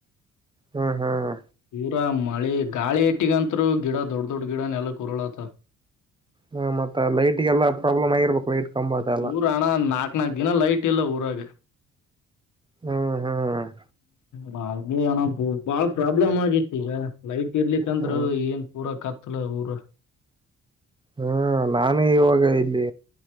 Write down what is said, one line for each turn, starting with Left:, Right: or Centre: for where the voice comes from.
Right: ಹ್ಮ್ ಹ್ಮ್
Left: ಪೂರಾ ಮಳೆ ಗಾಳಿ ಇಟ್ಟಿಗಂತ್ರು ಗಿಡ ದೊಡ್ಡ ದೊಡ್ ಗಿಡ ನೆಲಕ್ಕೆ ಉರುಳತಾವು
Right: ಹ್ಮ ಮತ್ತ ಲೈಟ್ಗೆಲ್ಲಾ ಪ್ರಾಬ್ಲಮ್ ಆಗಿರ್ಬೇಕು ಲೈಟ್ ಕಂಬ ಅದೆಲ್ಲ
Left: ಪೂರಾಣ ನಾ ನಾ ದಿನ ಲೈಟ್ ಎಲ್ಲ ಊರಾಗ
Right: ಹ್ಮ್ ಹ್ಮ್
Left: ಹಾಗೆನ ಬಾಳ ಪ್ರಾಬ್ಲಮ್ ಆಗಿತ್ತು ಈಗ ಲೈಟ್ ಇರ್ಲಿಕಂದ್ರರು
Right: ಹ್ಮ್
Left: ಏನ್ ಪೂರಕ ಊರ
Right: ಹ್ಮ ನಾನು ಇವಾಗ ಇಲ್ಲಿ